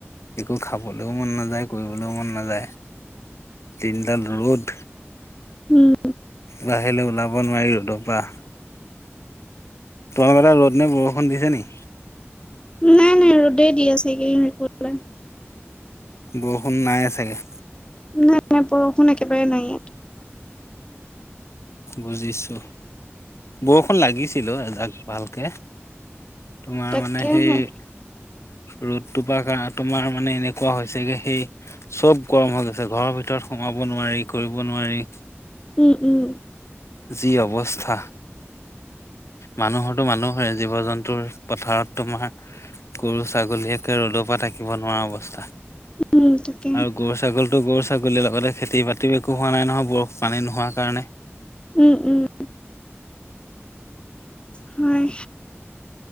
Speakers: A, on the left (about 70°); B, on the left (about 20°).
A: একো খাবলৈও মন নাযায়, কৰিবলৈও মন নাযায়, দিনডাল ৰ'দ
B: উম,
A: বাহিৰলৈ ওলাব নোৱাৰি ৰ'দ পা তোমালোকৰ ফালে ৰ'দ নে বৰষুণ দিছে নি?
B: নাই নাই ৰ'দে দি আছে এইকেইদিন <unintelligible>
A: বৰষুণ নাইয়ে চাগে?
B: নাই নাই বৰষুণ একেবাৰে নাই ইয়াত।
A: বুজিছো। বৰষুণ লাগিছিল অ'এজাক ভালকে। তোমাৰ
B: তাকেহে।
A: মানে সেই ৰ'দটোপা কাৰ তোমাৰ মানে এনেকুৱা হৈছেগে সেই চব গৰম হৈ গৈছে, ঘৰৰ ভিতৰত সোমাব নোৱাৰি, কৰিব নোৱাৰি,
B: উম উম
A: যি অৱস্থা। মানুহৰটো মানুহৰে জীৱ-জন্তুৰ পথাৰত তোমাৰ গৰু-ছাগলী একে ৰ'দৰ পৰা থাকিব নোৱাৰা অৱস্থা।
B: উম তাক
A: আৰু গৰু ছাগলীটো গৰু ছাগলী লগতে খেতি বাতিও একো হোৱা নাই নহয় বৰ পানী নোহোৱা কাৰণে।
B: উম উম। হয়।